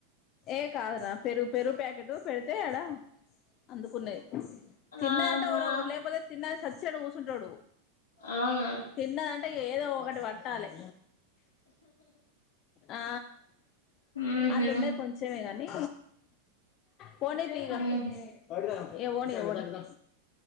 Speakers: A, on the left; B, on the left.
A: ఏ కాదురా పెరు పెరుగు ప్యాకెట్ పెడితే ఆడ అందుకున్నది తిన్నదంటే
B: ఆహా
A: ఎవరో ఒకని లేకపోతే తిన్నది సచ్చినట్టు కూసుంటాడు
B: అవునా
A: తిన్నదంటే ఏదో ఒకటి పట్టాలె ఆ
B: ఊహూ
A: అళ్లున్నది కొంచెమే గానీ పో బయటికి
B: ఊహూ
A: పో నడు